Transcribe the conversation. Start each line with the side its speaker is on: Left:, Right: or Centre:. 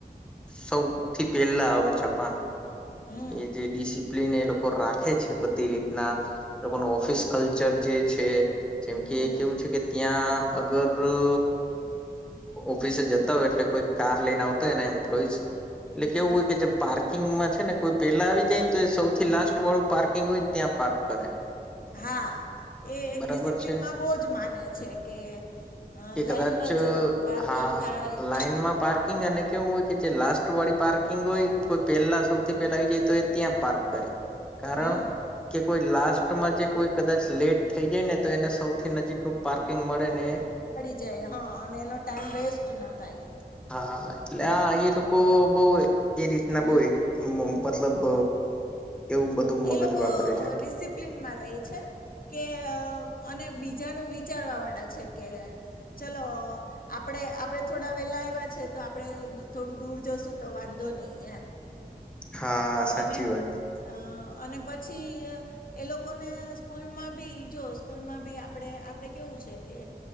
Centre: સૌથી પેલા આવે છે આપડ
Left: હમ
Centre: એ જે ડિસિપ્લન એ લોકો રાખે છે બધી રીતના લોકોનું ઓફિસ કલ્ચર જે છે. જેમ કે
Left: હમ
Centre: કેવું છે કે ત્યાં અગર અ ઓફિસે જતા હોય એટલે કોઈ કાર લઈને આવતા હોય એ એમ્પ્લોઈ એટલે કેવું
Left: હમ
Centre: હોય કે જે પાર્ક પાર્કિંગમાં છે ને કોઈ પેલા આવી જાયને તો એ સૌથી લાસ્ટ વાળું પાર્કિંગ હોયને ત્યાં પાર્ક કરે.
Left: હા એ
Centre: બરાબર
Left: ડિસિપ્લિનમાં
Centre: છે
Left: બહુ જ માને છે કે અ
Centre: કે
Left: લાઈનમાં
Centre: કદાચ
Left: જ પાર્કિંગ
Centre: હા
Left: થાય
Centre: લાઈનમાં પાર્ક પાર્કિંગ અને કેવું હોય કે જે લાસ્ટ વાળી પાર્કિંગ હોય કોઈ પહેલા સૌથી પેલા આવી જાય તો એ ત્યાં પાર્ક કરે. કારણ
Left: હમ
Centre: કે કોઈ લાસ્ટમાં જે કોઈ કદાચ લેટ થઈ જાય ને તો એને સૌથી નજીક નુ પાર્કિંગ મળે ને
Left: જ હા અને એનો ટાઈમ વેસ્ટ ન થાય.
Centre: હા એટલે આ એ લોકો બઉ એ રીતના
Left: હમ
Centre: બઉ એક મતલબ એવું બધું મગજ
Left: એ લોકો
Centre: વાપરે છે
Left: ડિસિપ્લનમાં રહે છે કે અને બી જયાનું વિચારવા વાળા છે કે ચલો આપણે આપણે થોડા વેલા આવ્યા છે તો આપડે થોડું દૂર જશું તો વાંધો નહી એમ.
Centre: હા સાચી
Left: અને
Centre: વાત
Left: અ અને પછી એ લોકોને સ્કૂલમાં બી જો સ્કૂલમાં ભી આપડે આપડે કેવું છે કે